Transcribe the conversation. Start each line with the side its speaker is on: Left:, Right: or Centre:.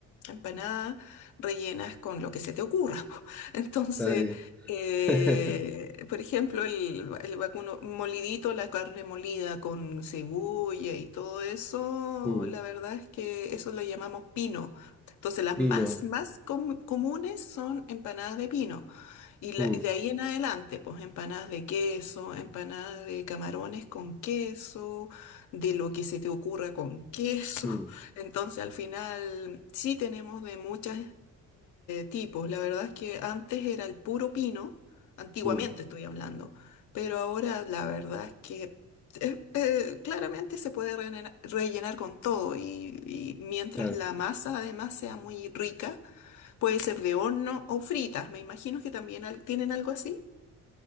Left: empanadas rellenas con lo que se te ocurra. <laughs> po. Entonces,
Centre: está bien.
Left: eh,
Centre: <laughs>
Left: por ejemplo, el, el vacuno molidito, la carne molida con cebolla y todo eso,
Centre: Mm,
Left: la verdad es que eso lo llamamos pino. Entonces, las
Centre: Pino.
Left: más, más com- comunes son empanadas de pino. Y, la-
Centre: Mm,
Left: y de ahí en adelante, pues empanadas de queso, empanadas de camarones con queso, de lo que se te ocurra con queso.
Centre: mm,
Left: <laughs> Entonces al final sí tenemos de muchos tipos. La verdad es que antes era el puro pino, antiguamente
Centre: mm,
Left: estoy hablando, pero ahora la verdad es que eh, eh, claramente se puede rellena- rellenar, con todo y, y mientras
Centre: claro.
Left: la masa además sea muy rica. Puede ser de horno o fritas. Me imagino que también al- tienen algo así.